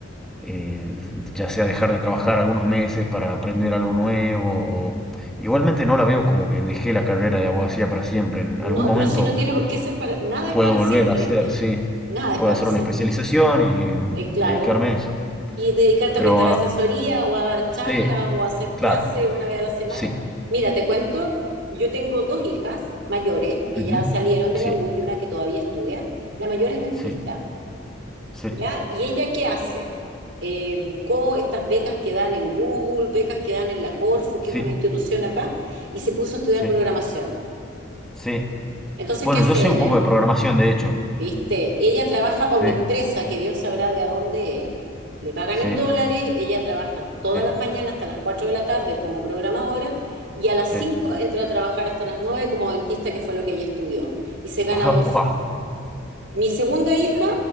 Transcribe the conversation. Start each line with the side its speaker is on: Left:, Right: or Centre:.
Centre: eh, ya sea dejar de trabajar algunos meses para aprender algo nuevo. o- Igualmente no la veo como que dejé la carrera de abogacía para siempre. En
Right: No,
Centre: algún momento
Right: pero si no tiene por qué ser para, nada es
Centre: puedo
Right: para
Centre: volver
Right: siempre,
Centre: a hacer, sí.
Right: nada es
Centre: Puedo
Right: para
Centre: hacer
Right: siempre.
Centre: una especialización y
Right: Eh, claro.
Centre: dedicarme a eso.
Right: y dedicarte
Centre: Pero
Right: a prestar
Centre: ah,
Right: asesoría o a dar
Centre: sí,
Right: charlas o a hacer
Centre: claro,
Right: clases una vez a la semana.
Centre: sí.
Right: Mira, te cuento, yo tengo dos hijas mayores que
Centre: Ujú.
Right: ya salieron de
Centre: Sí,
Right: la U y una que todavía estudia. La mayor es dentista,
Centre: sí, sí,
Right: ¿ya? ¿Y ella qué hace? Eh, buscó estas becas que dan en Google, becas que dan en la Corfu, que
Centre: sí,
Right: es una institución acá, y se puso a estudiar
Centre: sí,
Right: programación.
Centre: sí.
Right: Entonces,
Centre: Bueno,
Right: ¿qué hace
Centre: yo sé
Right: ella?
Centre: un poco de programación, de hecho.
Right: ¿Viste? Ella trabaja para una
Centre: Sí,
Right: empresa que Dios sabrá de a dónde es. Le pagan
Centre: sí,
Right: en dólares, ella trabaja todas
Centre: sí,
Right: las mañanas hasta las 4 de la tarde como programadora y a las
Centre: sí.
Right: 5 entra a trabajar hasta las 9 como dentista, que fue lo que ella estudió. Y se gana
Centre: <laughs>
Right: dos.
Centre: wow,
Right: Mi segunda hija